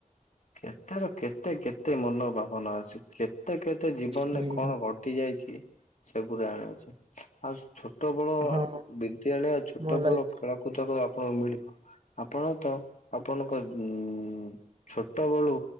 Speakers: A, on the left (about 65°); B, on the right (about 45°).
A: କେତେ ର କେତେ କେତେ ମନ ଭାବନା ଅଛି କେ କେତେ କେତେ ଜୀବନରେ
B: ହୁଁ
A: କଣ ଘଟି ଯାଇଛି ସେଗୁରା ଆଣଉଛି ଆଉ ଛୋ ଛୋଟ ବେଳ
B: ହଁ
A: ବିଦ୍ୟାଳୟ ଛୋଟ
B: ମୋ ଲାଇଫ
A: ବେଳ ଖେଳକୁଦର ଆପ କଁ ମିଳିବ ଆପଣ ତ ଆପଣଙ୍କ ଉଁ ଉଁ ଛୋ ଛୋଟ ବେଳୁ